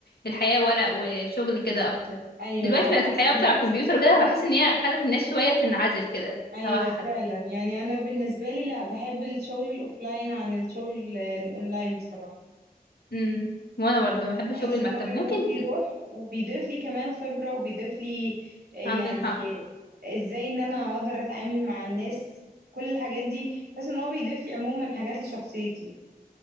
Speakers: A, on the left; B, on the right.
A: الحياه ورق وشغل كده اكتر
B: ايوه
A: دلوقتي
B: على
A: بقت
B: عكس
A: الحياه اكتر
B: دلوقتي
A: على الكمبيوتر وكده فبحس ان هي خلت الناس شويه تنعزل كده
B: ايوه
A: توحد
B: فعلا يعني انا بالنسبه لي لا بحب الشغل الاوفلاين عن الشغل ال- الاونلاين بصراحه
A: امم وانا برضو بحب
B: بحس
A: شغل المكتب
B: ان هو بيكون
A: ممكن
B: فيه
A: ت-
B: روح وبيضيف لي كمان خبره وبيضيف لي آه، يعني
A: عندك حق
B: ازاي ان انا اقدر اتعامل مع الناس كل الحاجات دي بس ان هو بيضيف لي عموما حاجات لشخصيتي